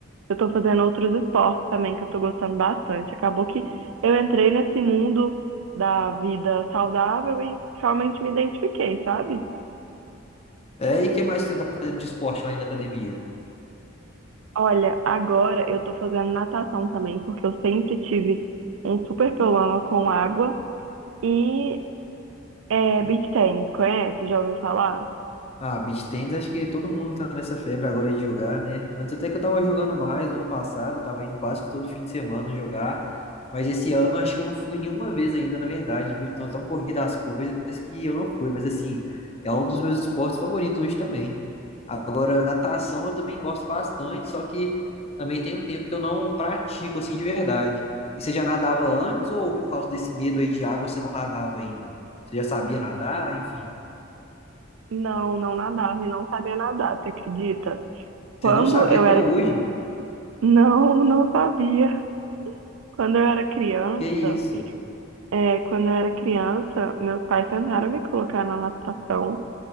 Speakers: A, on the right (about 80°); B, on the left (about 30°).
A: eu tô fazendo outros esportes também que eu tô gostando bastante. Acabou que eu entrei nesse mundo da vida saudável e realmente me identifiquei, sabe?
B: É, e o que mais que você tá fazendo de esporte lá na academia?
A: Olha, agora eu tô fazendo natação também, porque eu sempre tive um super problema com água. E é, beach tennis, conhece? Já ouviu falar?
B: Ah, beach tennis, acho que todo mundo tá nessa febre agora de jogar, né? Antes até que eu tava jogando mais no ano passado, tava indo quase que todo fim de semana jogar, mas esse ano acho que eu não fui nenhuma vez ainda, na verdade, viu? Tão tão corrida as coisas que eu não fui, mas assim, é um dos meus esportes favoritos hoje também. Agora, natação eu também gosto bastante, só que também tem um tempo que eu não pratico assim de verdade. E você já nadava antes ou por causa desse medo aí de água você não nadava ainda? Você já sabia nadar, enfim.
A: Não, não nadava e não sabia nadar, você acredita? Quando
B: Você não sabia
A: eu
B: até
A: era.
B: hoje?
A: <laughs> Não, não sabia. Quando eu era criança.
B: Que isso?
A: É, quando eu era criança, meus pais tentaram me colocar na natação,